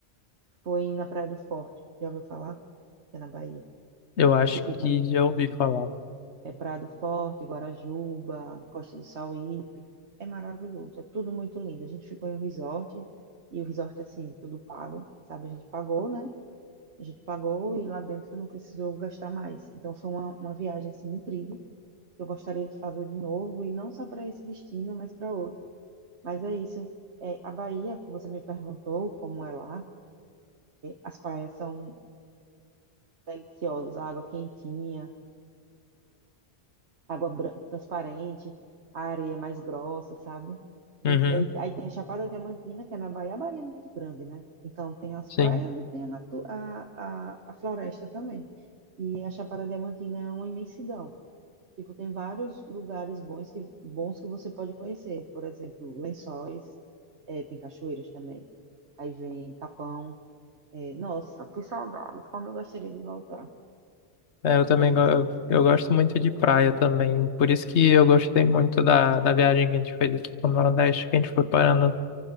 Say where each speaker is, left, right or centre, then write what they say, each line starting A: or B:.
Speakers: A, on the right; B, on the left.
A: foi na Praia do Forte. Já ouviu falar? Que é na Bahia,
B: Eu acho
A: que fica
B: que
A: ali.
B: já ouvi falar.
A: É Praia do Forte, Guarajuba, Costa do Sauípe. É maravilhoso, é tudo muito lindo. A gente ficou em um resort e o resort assim, tudo pago, sabe? A gente pagou, né? A gente pagou e lá dentro não precisou gastar mais. Então foi uma, uma viagem assim incrível. Eu gostaria de fazer de novo e não só para esse destino, mas para outro. Mas é isso. É, a Bahia, que você me perguntou como é lá, as praias são deliciosas, a água quentinha, água bran- transparente, a areia é mais grossa, sabe?
B: Uhum,
A: E- e- aí tem a Chapada Diamantina, que é na Bahia. A Bahia é muito grande, né? Então tem as
B: sim.
A: praias e tem a, natu- a, a, a floresta também. E a Chapada Diamantina é uma imensidão. Tipo, tem vários lugares bons que, bons que você pode conhecer. Por exemplo, Lençóis, eh, tem cachoeiras também. Aí vem Capão. Eh, nossa, que saudades, como eu gostaria de voltar.
B: É, eu também
A: Sério,
B: go- eu, eu gosto muito de praia também. Por isso que eu gostei muito da, da viagem que a gente fez aqui pro Nordeste, que a gente foi parando